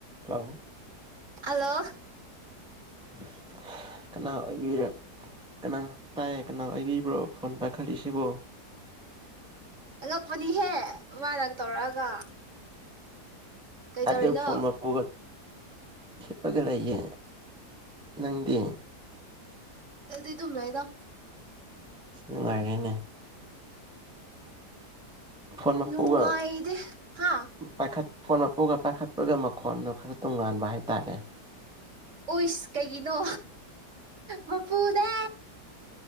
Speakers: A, in the centre; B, on the right (about 50°).
A: ꯍꯂꯣ
B: ꯍꯂꯣ
A: <unintelligible> ꯀꯅꯥ ꯑꯣꯏꯕꯤꯔꯦ ꯀꯅꯥ ꯇꯥꯏꯌꯦ ꯀꯅꯥ ꯍꯥꯏꯕꯤꯕ꯭ꯔꯣ ꯐꯣꯟ ꯄꯥꯏꯈꯠꯂꯤꯁꯤꯕꯣ
B: ꯑꯉꯛꯄꯅꯤꯍꯦ ꯃꯃꯥꯅ ꯇꯧꯔꯛꯑꯒ ꯀꯩꯗꯧꯔꯤꯅꯣ
A: ꯑꯗ ꯐꯣꯟꯒ ꯍꯤꯞꯄꯒ ꯂꯩꯌꯦ ꯅꯪꯗꯤ
B: ꯑꯗꯨꯗꯤ ꯑꯗꯨꯝꯅꯏꯗ
A: ꯑꯁ ꯅꯨꯡꯉꯥꯏꯔꯦꯅꯦ ꯐꯣꯟ ꯃꯄꯨꯒ
B: ꯅꯨꯉꯥꯏꯗ ꯍꯥꯥ
A: ꯄꯥꯏꯈꯠ ꯐꯣꯟ ꯃꯄꯨꯒ ꯄꯥꯏꯈꯠꯄꯒ ꯃꯈꯣꯟꯗꯣ ꯈꯔ ꯇꯣꯉꯥꯟꯕ ꯍꯥꯏꯇꯥꯔꯦ
B: ꯑꯣꯏꯁ ꯀꯩꯒꯤꯅꯣ ꯃꯄꯨꯗ